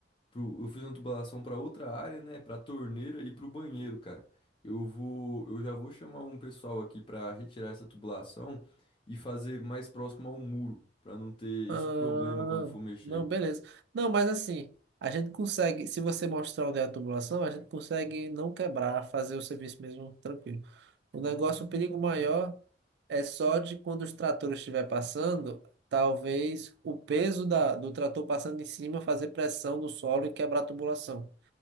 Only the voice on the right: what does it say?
Ah,
não, beleza. Não, mas assim, a gente consegue, se você mostrar onde é a tubulação, a gente consegue não quebrar, fazer o serviço mesmo tranquilo. O negócio, o perigo maior é só de quando os tratores estiver passando, talvez o peso da, do trator passando em cima fazer pressão no solo e quebrar a tubulação.